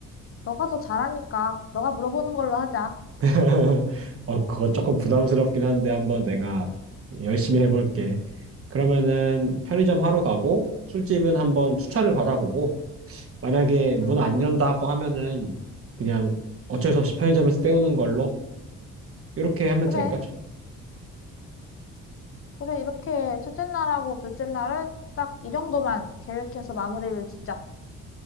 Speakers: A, on the left; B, on the right.
A: 너가 더 잘하니까 너가 물어보는 걸로 하자.
B: <laughs> 어, 그거 조금 부담스럽긴 한데 한번 내가 열심히 해볼게. 그러면은 편의점 하러 가고 술집은 한번 추천을 받아보고 만약에 문
A: 음,
B: 안 연다고 하면은 그냥 어쩔 수 없이 편의점에서 때우는 걸로 이렇게 하면
A: 그래.
B: 될까? 참,
A: 그래, 이렇게 첫째 날하고 둘째 날은 딱 이 정도만 계획해서 마무리를 짓자.